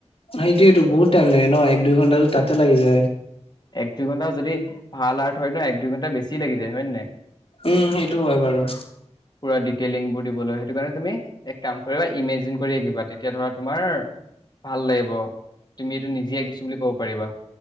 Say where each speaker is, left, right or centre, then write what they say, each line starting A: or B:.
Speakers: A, on the left (about 55°); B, on the left (about 35°).
A: সেইটোৱে এইটো বহুত টাইম লাগে ন, এক, দুই ঘণ্টাটো তাতে লাগি যায়।
B: এক, দুই ঘণ্টা যদি ভাল আৰ্ট হয় ন' এক দুই ঘণ্টা বেছি লাগি যায় হয় নে নাই?
A: উম, সেইটো হয় বাৰু।
B: পুৰা ডিটেইলিংবোৰ দিবলৈ সেইটো কাৰণে তুমি এক কাম কৰিবা? ইমেজিন কৰি আকিবা, তেতিয়া ধৰা তোমাৰ ভাল লাগিব, তুমি এইটো নিজে আঁকিছো বুলি ক'ব পাৰিবা।